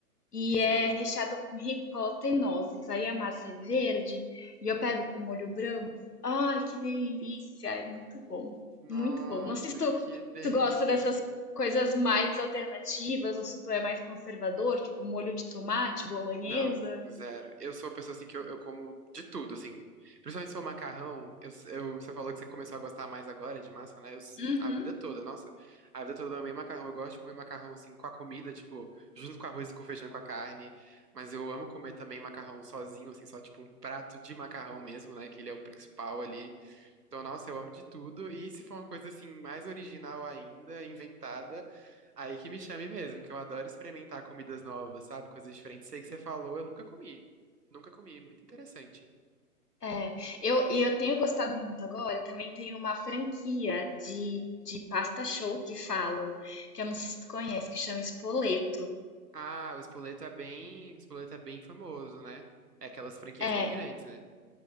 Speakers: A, on the left (about 75°); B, on the right (about 80°).
A: E
B: sei.
A: é recheado com ricota e nozes. Aí a massa é verde e eu pego com molho branco. Ai, que delícia! É muito bom.
B: Nossa,
A: Muito bom. Não sei se tu,
B: que delícia.
A: tu gosta dessas coisas mais alternativas ou se tu é mais conservador, tipo molho de tomate, bolonhesa.
B: Não, zero. Eu sou uma pessoa assim que eu, eu como de tudo, assim. Principalmente se for macarrão, eu, eu- você falou que você começou a gostar mais agora de massa, né? Eu,
A: Uhum.
B: a vida toda, nossa. A vida toda eu amei macarrão. Eu gosto de comer macarrão assim com a comida, tipo, junto com arroz e com feijão, e com a carne. Mas eu amo comer também macarrão sozinho, assim, só tipo um prato de macarrão mesmo, né? Que ele é o principal ali. Então, nossa, eu amo de tudo. E se for uma coisa assim, mais original ainda, inventada, aí que me chame mesmo, que eu adoro experimentar comidas novas, sabe? Coisas diferentes. Sei que você falou, eu nunca comi. Nunca comi, muito interessante.
A: É, eu, e eu tenho gostado muito agora, também tem uma franquia de, de pasta show que falam, que eu não sei se tu conhece, que chama Spoleto.
B: Ah, o espoleto é bem, o espoleto é bem famoso, né? É aquelas franquias
A: É,
B: bem grandes, né?